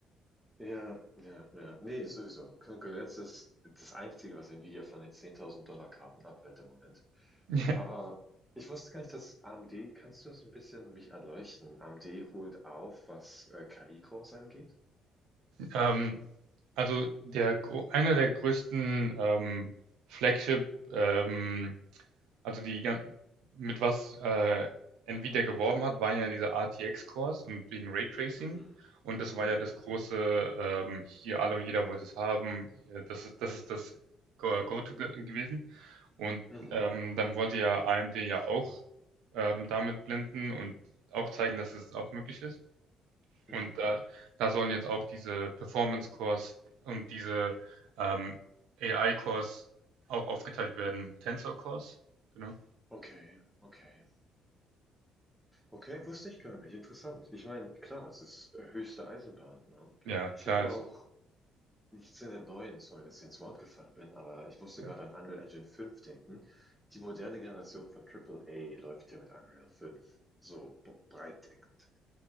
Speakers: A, in the centre; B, on the right.
A: ja, ja, ja. Nee, sowieso. Konkurrenz ist das Einzige, was Nvidia von den 10.000 Dollar Karten abwählt im Moment.
B: <laughs>
A: Aber ich wusste gar nicht, dass AMD, kannst du das ein bisschen mich erleuchten? AMD holt auf, was äh, KI-Cores angeht?
B: ähm, also der, einer der größten ähm, Flagship, ähm, also die mit was äh, Nvidia geworben hat, waren ja diese RTX-Cores und wegen Raytracing.
A: Mhm.
B: Und das war
A: Mhm.
B: ja das große, ähm, hier alle, jeder wollte es haben. Ja, Das ist, das ist das Go- to gewesen. Und
A: Mhm.
B: ähm, dann wollte ja AMD ja auch ähm, damit blenden und auch zeigen, dass es auch möglich ist.
A: Mhm.
B: Und da, da sollen jetzt auch diese Performance-Cores und diese ähm, AI-Cores auch aufgeteilt werden. Tensor-Cores, genau.
A: Okay, okay. Okay, wusste ich gar nicht. Interessant. Ich meine, klar, es ist äh, höchste Eisenbahn, ne?
B: Ja,
A: Ich
B: klar.
A: habe
B: ist.
A: auch nichts in der neuen, sorry, dass ich ins Wort gefallen bin, aber ich musste
B: ja.
A: gerade an Unreal Engine 5 denken. Die moderne Generation von Triple A läuft ja mit Unreal 5 so b- breitdeckend.